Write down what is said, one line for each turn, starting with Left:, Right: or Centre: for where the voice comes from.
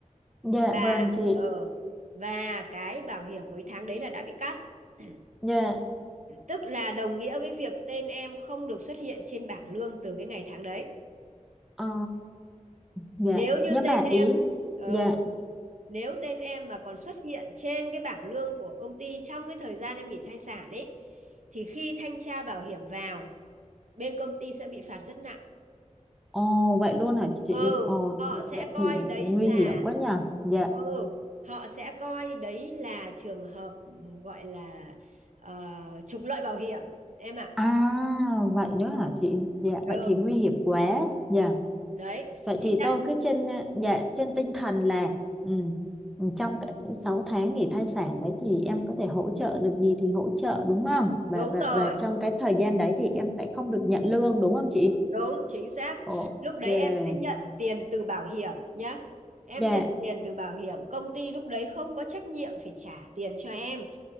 Centre: dạ
Right: và
Centre: vâng chị
Right: ờ và cái bảo hiểm cuối tháng đấy là đã bị cắt <clears throat>
Centre: dạ
Right: tức là đồng nghĩa với việc tên em không được xuất hiện trên bảng lương từ cái ngày tháng đấy
Centre: ồ dạ
Right: nếu như
Centre: nhưng
Right: tên
Centre: mà
Right: em
Centre: ý
Right: ờ,
Centre: dạ
Right: nếu tên em mà còn xuất hiện trên cái bảng lương của công ty trong cái thời gian em nghỉ thai sản ấy thì khi thanh tra bảo hiểm vào bên công ty sẽ bị phạt rất nặng
Centre: ồ vậy luôn hả chị
Right: ừ
Centre: ồ
Right: họ
Centre: vậy,
Right: sẽ
Centre: vậy
Right: coi
Centre: thì
Right: đấy
Centre: nguy
Right: là
Centre: hiểm quá nhờ dạ
Right: ừ họ sẽ coi đấy là trường hợp gọi là ờ, trục lợi bảo hiểm em ạ
Centre: à vậy
Right: Ừ.
Centre: nữa hả chị dạ vậy
Right: ừ
Centre: thì nguy hiểm quá dạ
Right: đấy
Centre: Vậy
Right: chị
Centre: thì
Right: đã
Centre: tôi cứ trên à, dạ, trên tinh thần là ừ, ừ, trong cái 6 tháng nghỉ thai sản đấy thì em có thể hỗ trợ được gì thì hỗ trợ đúng không? Và
Right: đúng
Centre: và
Right: rồi
Centre: và trong cái thời gian đấy thì em sẽ không được nhận lương đúng không chị?
Right: đúng chính xác
Centre: Ồ,
Right: lúc đấy
Centre: yeah,
Right: em sẽ nhận tiền từ bảo hiểm nhá em
Centre: dạ,
Right: nhận tiền từ bảo hiểm công ty lúc đấy không có trách nhiệm phải trả tiền cho em